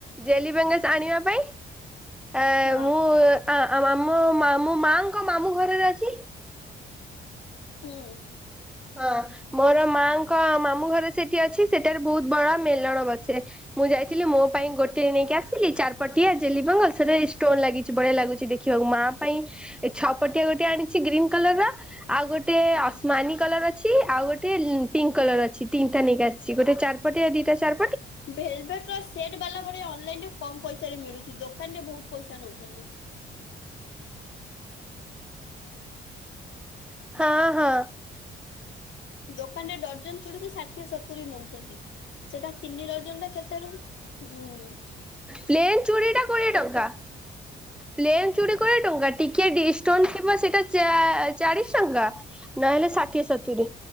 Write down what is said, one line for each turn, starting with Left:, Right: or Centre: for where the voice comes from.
Centre: ଜେଲିିବଙ୍ଗସ ଆଣିବା ପାଇଁ। ଆ
Left: ହଁ
Centre: ମୁଁ ଆ-ଆ। ମୋ ମାମୁ ମାଙ୍କ ମାମୁଁ ଘରେ ଅଛି।
Left: ହୁଁ।
Centre: ହଁ ମୋର ମାଙ୍କ ମାମୁଁ ଘରେ ସେଠି ଅଛି ସେଠାରେ ବହୁତ ବଡ ମେଲଣ ବସେ। ମୁଁ ଯାଇଥିଲି ମୋ ପାଇଁ ଗୋଟେ ନେଇକି ଆସିଲି ଚାରିପଟିଆ ଯେଲି ବଙ୍ଗଲ ସେ ଷ୍ଟୋନ ଲାଗିଛି ବଢିଆ ଲାଗୁଛି ଦେଖି। <unintelligible> ମା ପାଇଁ ଏ ଛଅପଟିଆ ଗୋଟେ ଆଣିଛି ଗ୍ରୀନ୍ କଲର ର ଆଉ ଗୋଟେ
Left: ହୁଁ
Centre: ଅସ୍ମା କଲର ଅଛି ଆଉ ଗୋଟ ଏ ପିଙ୍କ କଲର ଅଛି ତିନିଟା ନେଇକି ଆସିଛି ଗୋଟେ ଚାରପଟିଆ ଦିଟା ଚର
Left: ଭେଲଭେଟ ର ସେଟ ବାଲା ପରେ ଅନଲାଇନ କମ ପଇସାରେ ମିଳୁଛି ଦୋ ଦୋକାନ ରେ ବହୁତ ପଇସା ନଉଛନ୍ତି।
Centre: ହଁ ହଁ।
Left: ଦୋକାନରେ ଡଜନ ଚୁଡୁକୁ ଷାଠିଏ ସତୁରି ନଉଛନ୍ତି। ସେଟା ତିନି ଦର୍ଜନ ଟା କେତେର ହୁଁ।
Centre: ପ୍ଲେନ ଚୁଡ଼ି ଟା କୋଡିଏ ଟଙ୍କା। ପ୍ଲେନ୍ ଚୁଡ଼ି କୋଡ଼ିଏ ଟଙ୍କା ଟିକିଏ ଡ଼ିସ ଷ୍ଟୋନ ଥିବ ସେଇଟା ଚା ଚାଳିଶ ଟଙ୍କା
Left: ଦେଢଶହ
Centre: ନହେଲେ ଷାଠିଏ ସତୁୁରୀ